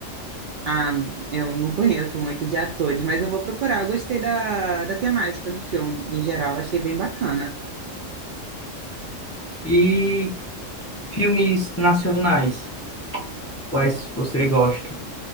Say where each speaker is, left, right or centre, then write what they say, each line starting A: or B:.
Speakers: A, on the right; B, on the left.
A: Ah, eu não conheço muito de atores, mas eu vou procurar. Eu gostei da, da temática do filme, em geral, achei bem bacana.
B: e filmes nacionais, quais você gosta?